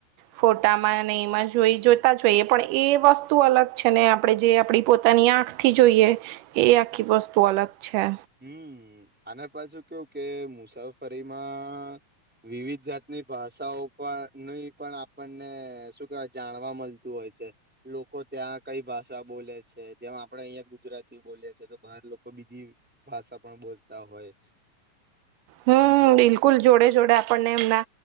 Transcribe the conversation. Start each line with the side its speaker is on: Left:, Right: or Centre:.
Right: ફોટામાં અને એમાં જ જોઈ જોતા જ જોઈએ પણ એ વસ્તુ અલગ છે ને આપણે જે આપડી પોતાની આંખ થી જોઈએ એ આખી વસ્તુ અલગ છે
Centre: હમ અને પાછુ કેવું કે મુસાફરીમાં વિવિધ જાતની ભાષાઓ પણની પણ આપણને શું કેવાય જાણવા મળતું હોય લોકો ત્યાં કઈ ભાષા બોલે છે જેમ આપડે અહિયાં ગુજરાતી બોલે છે તો બહાર લોકો બીજી ભાષા પણ બોલતા હોય
Right: હમ બિલકુલ જોડે જોડે આપણને એમના